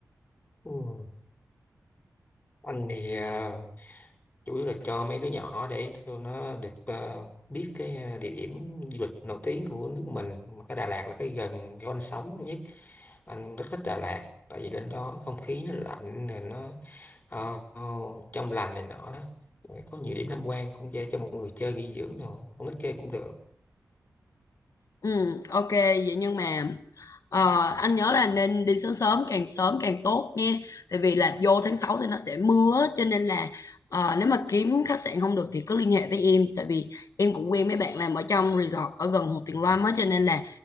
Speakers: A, on the left; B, on the left.
A: Ừ. Anh thì ờ, chủ yếu là cho mấy đứa nhỏ để tụi nó được ờ, biết cái ờ, địa điểm du lịch nổi tiếng của nước mình mà cái Đà Lạt là cái gần chỗ anh sống nhất anh rất thích Đà Lạt tại vì lên đó không khí nó lạnh rồi nó ờ, ờ, trong lành này nọ đó Rồi có nhiều điểm tham quan cũng dễ cho mọi người chơi nghỉ dưỡng đồ con nít chơi cũng được
B: Ừ, ok, vậy nhưng mà ờ, anh nhớ là nên đi sớm sớm, càng sớm càng tốt nha. Tại vì là vô tháng 6 thì nó sẽ mưa, cho nên là ờ, nếu mà kiếm khách sạn không được thì cứ liên hệ với em. Tại vì em cũng quen mấy bạn làm ở trong resort ở gần Hồ Tuyền Lâm á, cho nên là